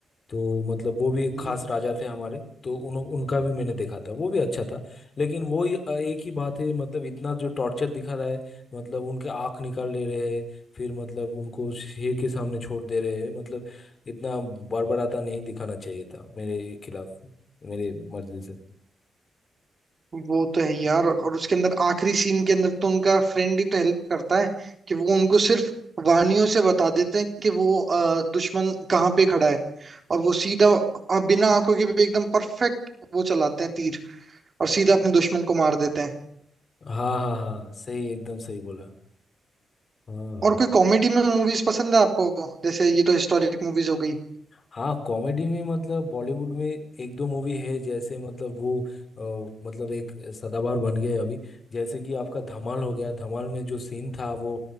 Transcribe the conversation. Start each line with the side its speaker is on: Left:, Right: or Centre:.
Left: तो मतलब वो भी एक
Right: है
Left: खास राजा थे हमारे तो उन उनका भी मैंने देखा था वो भी अच्छा था लेकिन वो ही, अ, एक ही बात है मतलब इतना जो टॉर्चर दिखा रहा है मतलब उनके आँख निकाल ले रहे हैं फिर मतलब उनको शेर के सामने छोड़ दे रहे हैं मतलब इतना बड़बड़ाता नहीं दिखाना चाहिए था मेरे खिलाफ मेरे मर्जी से
Right: वो तो है यार और उसके अंदर आखिरी सीन के अंदर तो उनका फ्रेंड ही तो हेल्प करता है कि वो उनको सिर्फ वानियों से बता देते हैं कि वो अ, दुश्मन कहाँ पे खड़ा है और वो सीधा अ, बिना आंखों के भी एकदम परफेक्ट वो चलाते हैं तीर और सीधा अपने दुश्मन को मार देते हैं
Left: हाँ हाँ हाँ सही एकदम सही बोला हाँ
Right: और कोई कॉमेडी में मूवीज पसंद है आपको जैसे ये तो हिस्टोरिक मूवीज हो गई
Left: हाँ कॉमेडी में मतलब बॉलीवुड में एक दो मूवी है जैसे मतलब वो अ, मतलब एक सदाबहार बन गए अभी जैसे कि आपका धमाल हो गया धमाल में जो सीन था वो